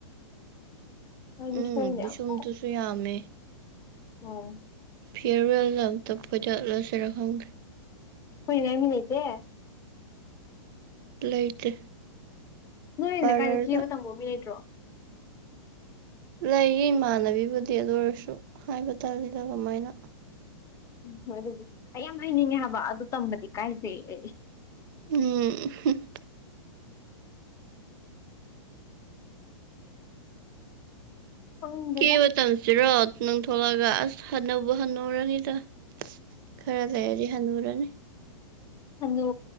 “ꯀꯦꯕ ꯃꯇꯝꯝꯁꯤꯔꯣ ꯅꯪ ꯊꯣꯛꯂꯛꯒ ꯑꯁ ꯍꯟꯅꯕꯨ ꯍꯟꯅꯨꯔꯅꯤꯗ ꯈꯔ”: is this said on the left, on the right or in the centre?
Right